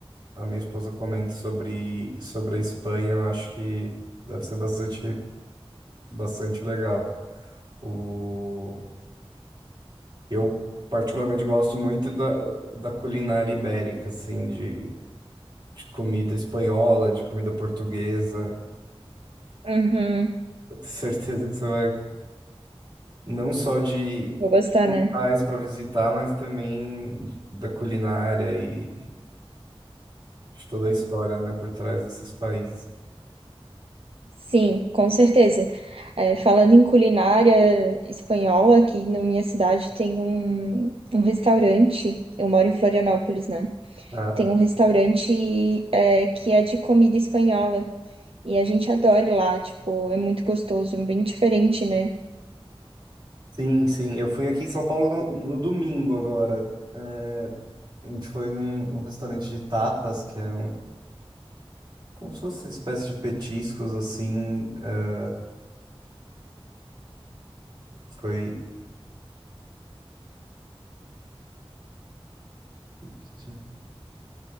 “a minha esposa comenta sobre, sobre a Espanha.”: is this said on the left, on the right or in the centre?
Right